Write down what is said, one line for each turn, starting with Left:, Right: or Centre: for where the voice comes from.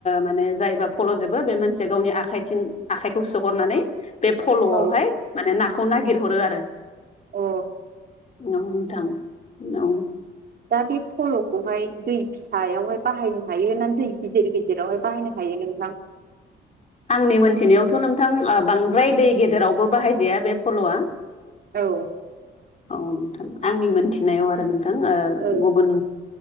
Left: माने जायोबा फल'जोबो बे मानसिया गावनि आखाइथिं आखाइखौ सोहरनानै बे फल'आवहाय
Right: औ
Left: माने नाखौ नागिरहरो आरो
Right: अ औ
Left: औ नोंथां औ
Right: दा बे फल'खौहाय दै फिसायावहाय बाहायनो हायो ना दै गिदिर गिदिरावहाय बाहायनो हायो हायो नोंथां
Left: आंनि मोनथिनायावथ' नोंथां बांद्राय दै गेदेरावबो बाहायजाया बे फल'आ
Right: औ
Left: औ नोंथां आंनि मोनथिनायाव आरो नोंथां
Right: औ
Left: गुबुन